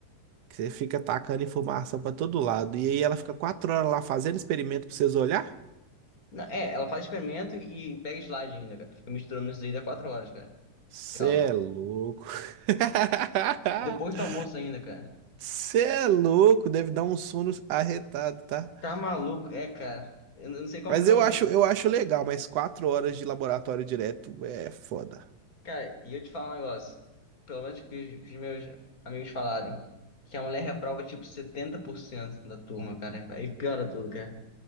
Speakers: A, on the right; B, on the left.
A: Que você fica tacando informação pra todo lado. E aí ela fica quatro horas lá fazendo experimento pra vocês olhar?
B: Não, é, ela faz experimento e, e pega slide ainda, cara. Fica misturando isso aí dá quatro horas, cara,
A: Cê
B: de aula.
A: é louco. <laughs>
B: Depois do almoço ainda, cara.
A: cê é louco, deve dar um sono arretado, tá?
B: Tá maluco, é, cara. Eu não sei como
A: Mas
B: que eu.
A: eu acho, eu acho legal, mas quatro horas de laboratório direto é foda.
B: Cara, e eu te falo um negócio. Pelo menos que os, que os meus amigos falaram. Que a mulher reprova tipo 70% da turma, cara. Aí piora tudo, cara.